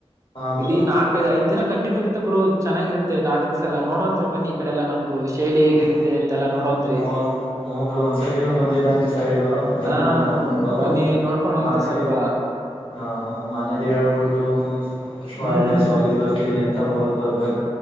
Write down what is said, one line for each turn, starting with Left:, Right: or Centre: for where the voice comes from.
Left: ಹಾ ಬ್ರೋ
Right: ಇಡೀ ನಾಕೈದು ಐ್ ದಿನ ಕಂಟನ್ಯೂ ಇತ್ತ ಬರು ಚೆನ್ನಾಗಿರುತ್ತೆ ನಾಟಕಸ್ ಎಲ್ಲ ನೋಡೋಂತತ್ರ್ ಬನ್ನಿ ಈ ಕಡೆ ಎಲ್ಲ ನಮ್ದು ಶೈಲಿ ಹೇಗಿರುತ್ತೆ
Left: ಹ
Right: ಅಂತೆಲ್ಲಾ ನೋಡೋವಂತ್ರಿ
Left: ಹ ಹಬ್ರ ಒಂದ್ಸತಿನೂ ಬಂದರಂದ ಸೈಡ್ ಬಂದು
Right: ಹ
Left: ನೋ ಕಕೊಂಡು ಹೋಗ್ಬೇಕ
Right: ಬನ್ನಿ
Left: ಬಿಡು
Right: ನೋಡ್ಕೊಂಡ್ ಹೋಗತ್ರಿ
Left: ಮನೇಲಿ
Right: ಸ್ವಲ್ಪ
Left: ಹ ಹಾ ಮನೇಲಿ ಹೇಳ್ಬಿಟ್ಟು ಒಂದ ಫೈಲ್್
Right: ಹ್ಮ್
Left: ಡೇಸ್ ಹೋಗಿದ್ ಬರ್ತೀನಿ ಅಂತ ಹೋಗಿ್ ಬರ್ಬೇಕ